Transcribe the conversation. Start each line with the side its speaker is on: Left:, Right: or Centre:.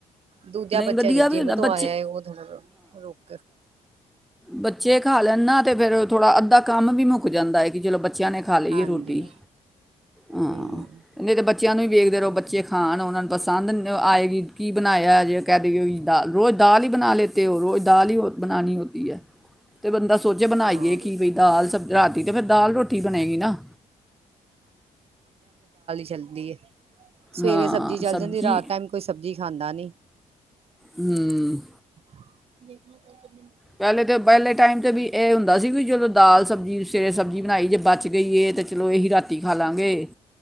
Right: ਦੂਜਾ
Centre: ਨਹੀਂ
Right: ਬੱਚਾ
Centre: ਵਧੀਆ
Right: ਅਜੇ
Centre: ਵੀ
Right: ਜਿੰਮ
Centre: ਹੁੰਦਾ
Right: ਤੋਂ
Centre: ਬੱਚੇ
Right: ਆਇਆ ਏ। ਉਹ ਤੇ ਹਾਂ ਰੋਕ ਰੋਕ
Centre: ਬੱਚੇ ਖਾ ਲੈਣ ਨਾ ਫਿਰ ਥੋੜ੍ਹਾ ਅੱਧਾ ਕੰਮ ਵੀ ਮੁੱਕ ਜਾਂਦਾ ਏ ਕਿ ਚਲੋ ਬੱਚ- ਬੱਚਿਆਂ ਨੇ ਖਾ ਲਈ
Right: ਹਾਂਜੀ
Centre: ਏ ਰੋਟੀ, ਹਾਂ
Right: ਹਮ
Centre: ਨਹੀਂ ਤੇ ਬੱਚ- ਬੱਚਿਆਂ ਨੂੰ ਵੀ ਵੇਖਦੇ ਰਹੋ ਬੱਚੇ ਖਾਣ ਉਨਾਂ ਨੂੰ ਪਸੰਦ ਨ ਆਏਗੀ ਕੀ ਬਣਾਇਆ ਜੇ- ਕਹਿ ਦੇ ਓਈ ਦਾਲ ਰੋਜ਼ ਦਾਲ ਹੀ ਬਣਾ ਲੇਤੇ ਓ। ਰੋਜ਼ ਦਾਲ ਈ ਬਣਾਣੀ ਹੋਤੀ ਐ, ਤੇ ਬੰਦਾ ਸੋਚੇ ਬਣਾਈਏ
Right: ਹਾਂ
Centre: ਕੀ ਬ ਦਾਲ ਸਬ ਰਾਤੀ ਤੇ ਫੇਰ ਦਾਲ ਰੋਟੀ ਈ ਬਣੇਗੀ ਨਾ।
Right: ਚਲਦੀ ਏ। ਸਵੇਰੇ
Centre: ਹਾਂ
Right: ਸਬਜ਼ੀ ਚਲ
Centre: ਸਬਜ਼ੀ
Right: ਜਾਂਦੀ ਐ। ਰਾਤ ਟਾਈਮ ਕੋਈ ਸਬਜ਼ੀ ਖਾਂਦਾ ਨੀ।
Centre: ਹੂੰ।
Right: <inaudible>
Centre: ਪਹਿਲੇ ਤੇ ਪਹਿਲੇ ਟਾਈਮ ਤੇ ਵੀ ਇਹ ਹੁੰਦਾ ਸੀ ਵੀ ਜਦੋਂ ਦਾਲ ਸਬਜ਼ੀ ਸਵੇਰੇ ਸਬਜ਼ੀ ਬਣਾਈ ਜੇ ਬਚ- ਗਈ ਏ ਤੇ ਚਲੋ ਏਹੀ ਰਾਤੀ ਖਾ ਲਾਂਗੇ।